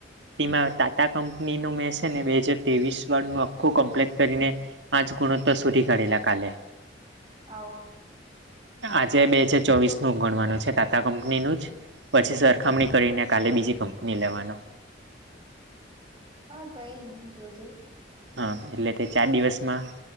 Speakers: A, on the right (about 80°); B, on the right (about 25°).
A: તીમાં ટાટા કંપનીનું મેં છે, ને બે હજાર ત્રેવીસ વાળનું આખું કમ્પ્લેટ કરીને પાંચ ગુણોતર સુધી કાઢેલા કાલે
B: આવ
A: આજે બે હજાર ચોવીસ નું ગણવાનું છે, ટાટા કંપનીનું જ પછી સરખામણી કરીને કાલે બીજી કંપની લેવાનો
B: હ કઈ ની જોજે
A: હ એટલે તે ચાર દિવસમાં